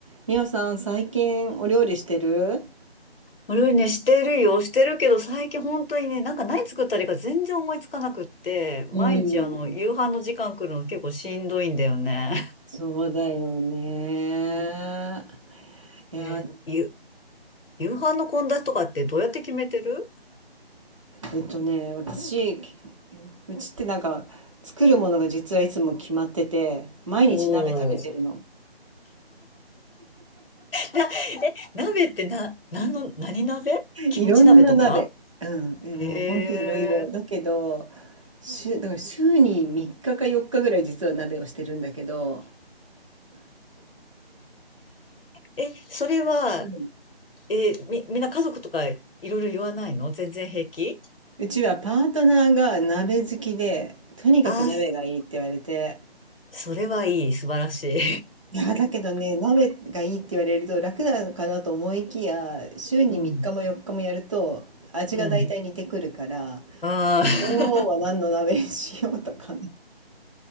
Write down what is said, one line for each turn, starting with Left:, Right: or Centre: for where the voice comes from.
Right: みおさん、最近お料理してる
Left: 俺ね、してるよ、してるけど、最近本当にね、なんか何作ったらいいか全然思いつかなくって、毎日あの、
Right: うん。
Left: 夕飯の時間来るの結構しんどいんだよね。
Right: そうだよね。
Left: うん
Right: いや、
Left: え、ゆ、夕飯の献立とかってどうやって決めてる
Right: えっとね、私、うちってなんか、作るものが実はいつも決まってて、毎日鍋食べてるの。
Left: おおー。な、鍋ってな、何の、何鍋キムチ鍋とか
Right: いろんな鍋。うん。え、
Left: へえ。
Right: もう本当いろいろ。だけど、週、だから週に3日か4日ぐらい実は鍋をしてるんだけど、
Left: え、それは、
Right: うん
Left: え、み、みんな家族とかいろいろ言わないの全然平気
Right: うちはパートナーが鍋好きで、とにかく鍋がいいって言われて、
Left: ああー、そそれはいい、素晴らしい。
Right: いや、だけどね、鍋がいいって言われると楽なのかなと思いきや、週に3日も4日もやると味が大体似てくるから、
Left: <laughs> うん、うん。ああ。
Right: 今日は何の鍋にしようとかね。